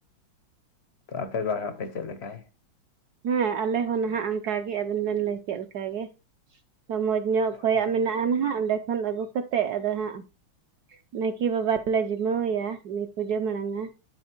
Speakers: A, on the left (about 75°); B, on the right (about 70°).
A: ᱛᱚ ᱟᱯᱮ ᱵᱟᱝ ᱦᱟᱜ ᱪᱮᱫ ᱞᱮᱠᱟᱭ
B: ᱦᱮᱸ ᱟᱞᱮ ᱦᱚᱸ ᱱᱟᱦᱟᱜ ᱚᱱᱠᱟᱜ ᱜᱮ ᱟᱵᱤᱱ ᱵᱮᱱ ᱞᱟᱹᱭ ᱠᱮᱫ ᱞᱮᱠᱟᱜ ᱜᱮ ᱢᱚᱡᱽ ᱧᱚᱜ ᱚᱠᱚᱭᱟᱜ
A: ᱦᱳᱭ
B: ᱢᱮᱱᱟᱜᱼᱟ ᱱᱟᱦᱟᱜ ᱚᱸᱰᱮ ᱠᱷᱚᱱ ᱟᱹᱜᱩ ᱠᱟᱛᱮᱫ ᱟᱫᱚ ᱦᱟᱸᱜ ᱱᱟᱭᱠᱮ ᱵᱟᱵᱟ ᱞᱮ ᱡᱤᱢᱟᱹᱣᱟᱭᱟ ᱩᱱᱤ ᱯᱩᱡᱟᱹ ᱢᱟᱲᱟᱝᱟ